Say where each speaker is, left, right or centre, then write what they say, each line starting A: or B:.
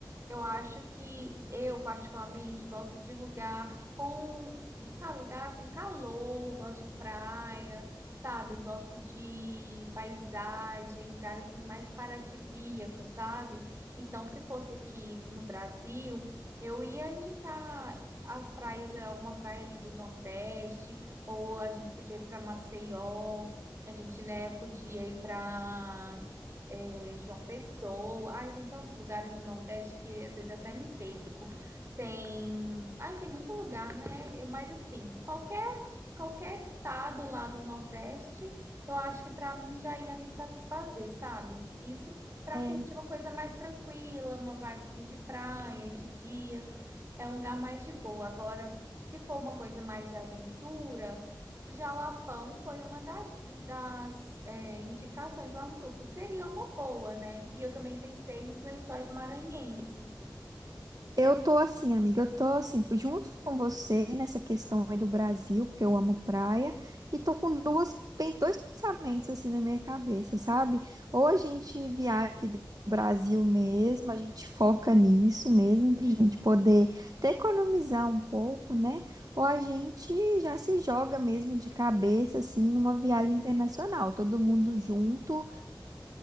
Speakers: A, on the right; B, on the right.
A: eu acho que eu particularmente gosto de lugar com, sabe, lugar assim, calor, gosto de praia, sabe, gosto de paisagem, lugar assim mais paradisíaco, sabe? Então, se fosse aqui no Brasil, eu ia indicar As praias, alguma praia ali do Nordeste, ou a gente podia ir para Maceió, a gente, né, podia ir para João Pessoa. Ai, tem tantos lugares no Nordeste que às vezes eu até me perco. Tem, ai, tem muito lugar, né? Eu- Mas assim, qualquer qualquer estado lá do Nordeste, eu acho que para mim já ia me satisfazer, sabe? Isso para
B: É,
A: curtir uma coisa mais tranquila, uma vibe assim de praia, de dia, é um lugar mais de boa. Agora, se for uma coisa mais de aventura, Jalapão foi uma das, das é, indicações lá no grupo. Seria uma boa, né? E eu também pensei nos lençóis maranhenses.
B: Eu tô assim, amiga, eu tô assim, junto com você nessa questão aí do Brasil, porque eu amo praia, e tô com duas, pen- dois pensamentos assim na minha cabeça, sabe? Ou a gente viaja aqui do Brasil mesmo, a gente foca nisso mesmo, pra gente poder até economizar um pouco, né? Ou a gente já se joga mesmo de cabeça, assim, numa viagem internacional, todo mundo junto